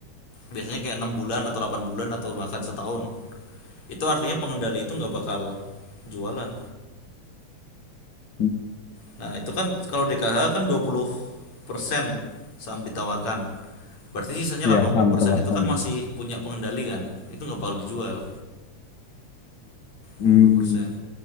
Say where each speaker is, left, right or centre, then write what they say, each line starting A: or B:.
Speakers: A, on the left; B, on the left.
A: biasanya kayak enam bulan atau 8 bulan atau bahkan setahun itu artinya pengendali itu nggak bakal jualan
B: Hmm.
A: nah itu kan kalau DKH kan dua puluh persen saham ditawarkan berarti sisanya delapan
B: Ya,
A: puluh
B: saham
A: persen
B: ditawarkan.
A: itu kan masih punya pengendali kan itu nggak bakal dijual
B: Hmm.
A: dua puluh persen.